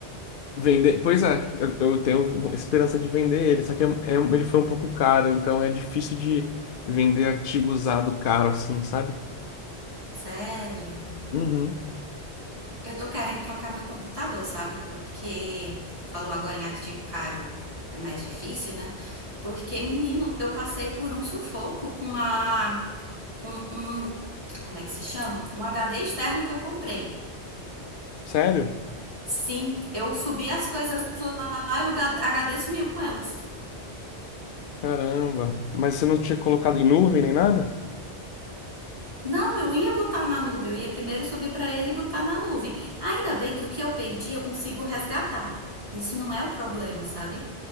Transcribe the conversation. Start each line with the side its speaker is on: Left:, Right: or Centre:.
Left: Vender, pois é, eu, eu tenho esperança de vender ele, só que é, é um- ele foi um pouco caro, então é difícil de vender artigo usado caro assim, sabe?
Right: Sério.
Left: Uhum.
Right: Eu tô querendo trocar meu computador, sabe? Porque tu falou agora em artigo caro, é mais difícil, né? Porque, menino, eu passei por um sufoco com a com um, como é que se chama? Um HD externo que eu comprei.
Left: Sério?
Right: Sim, eu subi as coisas lá e o HD sumiu com elas.
Left: Caramba. Mas você não tinha colocado em nuvem nem nada?
Right: Não, eu ia botar na nuvem. Eu ia primeiro subir para ele e botar na nuvem. Ainda bem que o que eu perdi eu consigo resgatar. Isso não é o problema, sabe?